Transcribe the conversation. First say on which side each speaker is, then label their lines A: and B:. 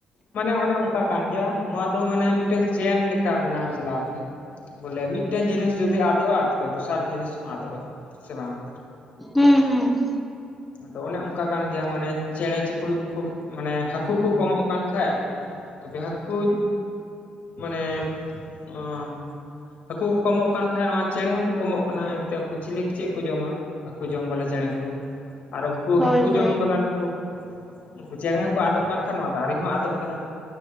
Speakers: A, on the left; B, in the centre.
A: ᱢᱟᱱᱮ ᱚᱱᱮ ᱚᱱᱠᱟ ᱠᱟᱱ ᱜᱮᱭᱟ ᱱᱚᱣᱟ ᱫᱚ ᱢᱟᱱᱮ ᱢᱤᱫᱴᱮᱱ ᱪᱮᱱ ᱞᱮᱠᱟ ᱵᱮᱱᱟᱣ ᱪᱟᱞᱟᱣ ᱟᱠᱟᱱᱟ ᱾ ᱵᱚᱞᱮ ᱢᱤᱫᱴᱮᱱ ᱡᱤᱱᱤᱥ ᱡᱩᱫᱤ ᱟᱫᱚᱜᱼᱟ ᱛᱚᱵᱮ ᱫᱚᱥᱟᱨ ᱡᱤᱱᱤᱥ ᱦᱚᱸ ᱟᱫᱚᱜᱼᱟ ᱥᱮ ᱵᱟᱝ ᱾
B: ᱦᱩᱸ ᱦᱩᱸ ᱾
A: ᱟᱫᱚ ᱚᱱᱮ ᱚᱱᱠᱟ ᱠᱟᱱ ᱜᱮᱭᱟ ᱢᱟᱱᱮ ᱪᱮᱬᱮ ᱪᱤᱯᱨᱩᱫ ᱠᱩᱡ ᱢᱟᱱᱮ ᱦᱟᱹᱠᱩ ᱠᱚ ᱠᱚᱢᱚᱜ ᱠᱟᱱ ᱠᱷᱟᱡ ᱛᱚᱵᱮ ᱦᱟᱹᱠᱩᱡ ᱢᱟᱱᱮ ᱚᱸ ᱦᱟᱹᱠᱩ ᱠᱚ ᱠᱚᱢᱚᱜ ᱠᱟᱱ ᱠᱷᱟᱡ ᱱᱚᱣᱟ ᱪᱮᱬᱮ ᱦᱚᱸᱠᱚ ᱠᱚᱢᱚᱜ ᱠᱟᱱᱟ ᱮᱱᱛᱮᱫ ᱩᱱᱠᱩ ᱪᱤᱞᱤᱠ ᱪᱮᱜ ᱠᱚ ᱡᱚᱢᱟ ᱾ ᱦᱟᱹᱠᱩ ᱡᱚᱢ ᱵᱟᱞᱟ ᱪᱮᱬᱮ ᱠᱚ ᱟᱨ ᱩᱱᱠᱩ
B: ᱦᱳᱭ
A: ᱦᱟᱹᱠᱩ
B: ᱦᱳᱭ
A: ᱡᱚᱢ ᱵᱟᱞᱟ ᱱᱩᱠᱩ ᱩᱱᱠᱩ ᱪᱮᱬᱮ ᱦᱚᱸᱠᱚ ᱟᱫᱚᱜ ᱠᱟᱱ ᱠᱷᱟᱱ ᱢᱟ ᱫᱟᱨᱮ ᱦᱚᱸ ᱟᱫᱚᱜ ᱠᱟᱱᱟ